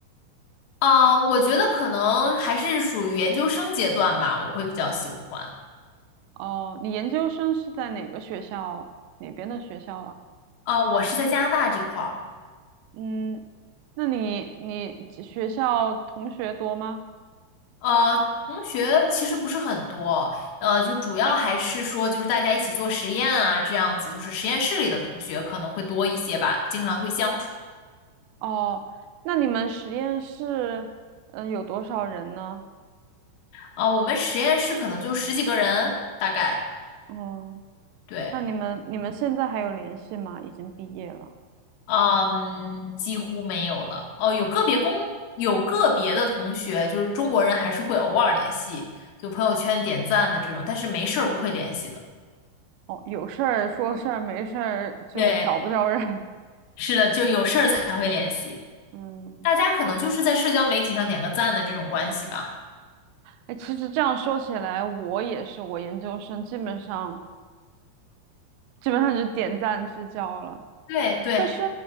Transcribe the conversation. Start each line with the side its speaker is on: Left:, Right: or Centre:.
Left: 啊、我觉得可能还是属于研究生阶段吧，我会比较喜欢。
Right: 哦，你研究生是在哪个学校，哪边的学校啊？
Left: 啊、我是在加拿大这块儿。
Right: 嗯，那你你学校同学多吗？
Left: 呃，同学其实不是很多，呃，就主要还是说就是大家一起做实验啊，这样子，就是实验室里的同学可能会多一些吧，经常会相处。
Right: 哦，那你们实验室，嗯、有多少人呢？
Left: 啊、我们实验室可能就十几个人，大概，
Right: 嗯，
Left: 对，
Right: 那你们你们现在还有联系吗？已经毕业了。
Left: 嗯，几乎没有了。哦、有个别工有个别的同学，就是中国人还是会偶尔联系，就朋友圈点赞的这种，但是没事儿不会联系的。
Right: 哦，有事儿说事儿，没事儿就找不着人。
Left: 对，是的，就有事儿才会联系。
Right: <laughs> 嗯，
Left: 大家可能就是在社交媒体上点个赞的这种关系吧。
Right: 哎，其实这样说起来，我也是，我研究生基本上基本上就点赞之交了。
Left: 对对，
Right: 但是